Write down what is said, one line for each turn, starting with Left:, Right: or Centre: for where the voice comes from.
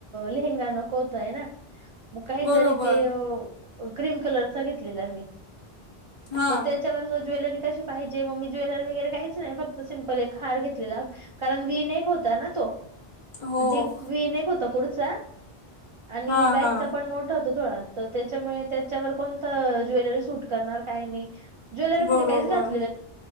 Right: लेहंगा नको. ना मग काहीतरी
Left: बरोबर
Right: ते क्रीम कलरचा घेतलेला मी.
Left: हां
Right: म त्याच्यावर ज ज्वेलरी काय श. पाहिजे मम्मी ज्वेलरी वगैरे काहीच नाही फक्त सिम्पल एक हार घेतलेला कारण वीन एक होता ना तो.
Left: हो
Right: डडीप वि ने ग होत पुडस. आणि
Left: हा
Right: बॅकचा
Left: हा.
Right: पण मोठा होत थोडा तर. त्याच्यामुळे त्याच्यावर कोणत ज्वेलरी सूट करणार काय नाही ज्वेलरी म्हणजे
Left: बरोबर.
Right: काहीच घ मी